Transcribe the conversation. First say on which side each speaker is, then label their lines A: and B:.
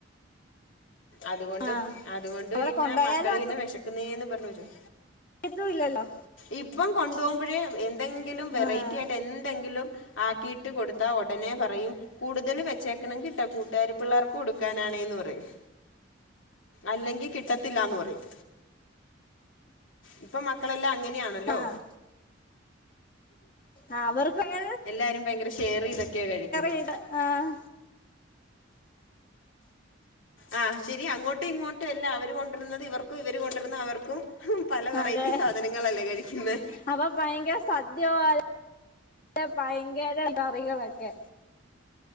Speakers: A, on the left (about 80°); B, on the left (about 45°).
A: അതുകൊണ്ട്
B: ആഹ്
A: അതുകൊണ്ട്
B: അവിടെ
A: പിന്നെ
B: കൊണ്ടുപോയാലും
A: മക്കള് പിന്നെ വെശക്കുന്നേന്ന് പറഞ്ഞ് വരും.
B: എതും ഇല്ലല്ലോ.
A: ഇപ്പം കൊണ്ടുപോകുമ്പഴേ എന്തെങ്കിലും വെറൈറ്റി
B: ആഹ്
A: ആയിട്ട് എന്തെങ്കിലും ആക്കിയിട്ട് കൊടുത്താ ഒടനെ പറയും കൂടുതൽ വച്ചേക്കണംകേട്ടാ കൂട്ടുകാരി പിള്ളേർക്ക് കൊടുക്കാനാണേന്ന് പറയും. അല്ലെങ്കി കിട്ടത്തില്ലാന്ന് പറയും. ഇപ്പൊ മക്കളെല്ലാം അങ്ങനെയാണല്ലോ
B: ആഹ് ആഹ് അവർക്കെങ്ങ
A: എല്ലാരും ഭയങ്കര ഷെയറൈയ്തൊക്കെയാ കഴിക്കുന്നെ
B: ചെയ്ത് ആഹ്
A: ആഹ് ശെരി അങ്ങോട്ടും ഇങ്ങോട്ടും അല്ല അവര് കൊണ്ടരുന്നത് ഇവർക്കും ഇവര് കൊണ്ടിരുന്ന അവർക്കും ഹും പല വെറൈറ്റി
B: അതെ
A: സാധനങ്ങളല്ലേ കഴിക്കുന്നെ
B: അപ്പൊ ഭയങ്കര സദ്യ പോലെ ഭയങ്കര കറികളൊക്കെ